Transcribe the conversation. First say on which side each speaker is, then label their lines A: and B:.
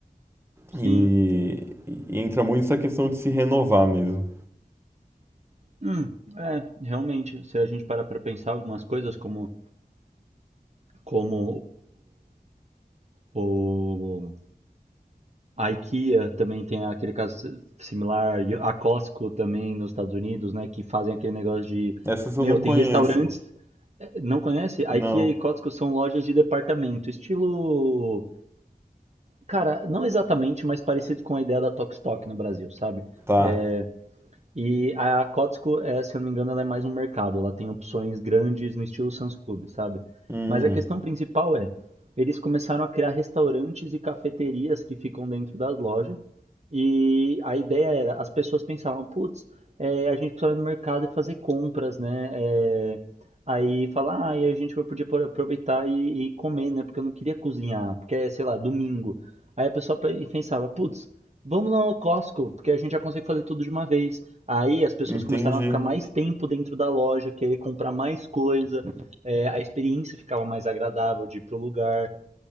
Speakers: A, on the right; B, on the right.
A: sim.
B: E, e entra muito essa questão de se renovar mesmo.
A: Hum, é, realmente, se a gente parar pra pensar algumas coisas como, como o, o A IKEA também tem aquele caso si- similar, e a Costco também nos Estados Unidos, né, que fazem aquele negócio de,
B: Essas eu
A: meu,
B: não conheço.
A: tem restaurantes, eh, não conhece? A
B: Não.
A: IKEA e Costco são lojas de departamento, estilo, cara, não exatamente, mas parecido com a ideia da Tok Stock no Brasil, sabe?
B: Tá.
A: É, e a Kotsko, é, se eu não me engano, ela é mais um mercado. Ela tem opções grandes no estilo Sam's Club, sabe?
B: Hum,
A: Mas a questão principal é, eles começaram a criar restaurantes e cafeterias que ficam dentro das lojas. E a ideia era, as pessoas pensavam, putz, é, a gente precisava ir no mercado e fazer compras, né? É, aí falar, ah, e a gente podia por- aproveitar e, e comer, né? Porque eu não queria cozinhar, porque é, sei lá, domingo. Aí a pessoa pe- pensava, putz, vamos no Costco, porque a gente já consegue fazer tudo de uma vez. Aí as pessoas
B: entendi.
A: começaram a ficar mais tempo dentro da loja, querer comprar mais coisa, é, a experiência ficava mais agradável de ir pro lugar.